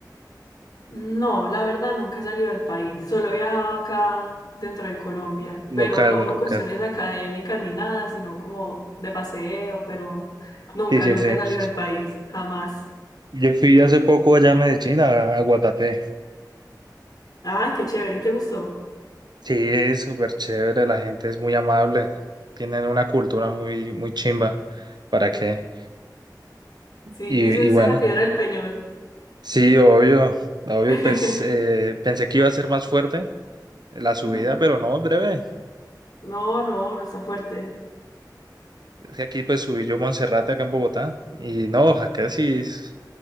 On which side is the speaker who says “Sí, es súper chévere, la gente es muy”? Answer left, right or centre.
Right